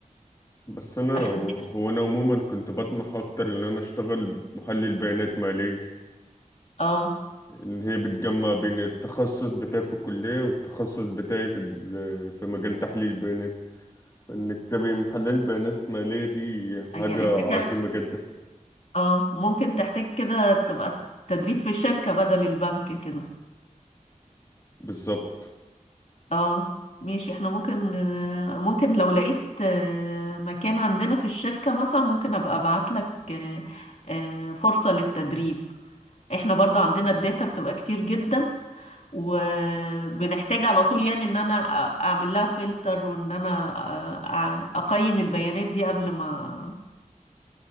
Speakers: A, on the left (about 25°); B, on the left (about 60°).
A: بس انا
B: عشان دي
A: هو انا عموما كنت بطمح اكتر ان انا اشتغل محلل بيانات مالية
B: اه
A: ان هي بتجمع بين التخصص بتاعي في الكلية والتخصص بتاعي في ال- في مجال تحليل البيانات انك تبقى محلل بيانات مالية دي حاجة
B: يعني انت
A: عظيمة
B: كده
A: جدا
B: اه ممكن تحتاج كده تبقى تدريب في شركة بدل البنك كده
A: بالظبط
B: اه ماشي احنا ممكن آه، ممكن لو لقيت آه، مكان عندنا في الشركة مثلا ممكن ابقى ابعت لك آه، آه، فرصة للتدريب احنا برضه عندنا الداتا بتبقى كتير جدا وبنحتاج على طول يعني ان انا أ- اعمل لها فلتر وان انا أ- أ- اقيم البيانات دي قبل ما